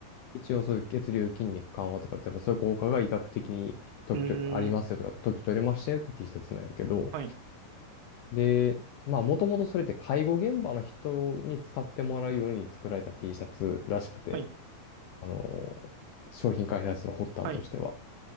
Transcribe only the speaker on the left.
一応そういう血流筋肉緩和とかって、まあそういう効果が医学的に特許ありますよとか、
特許取れましたよって T シャツなんやけど、
で、まあもともとそれって介護現場の人に使ってもらうように作られた T シャツらしくて、
あの、商品開発の発端としては。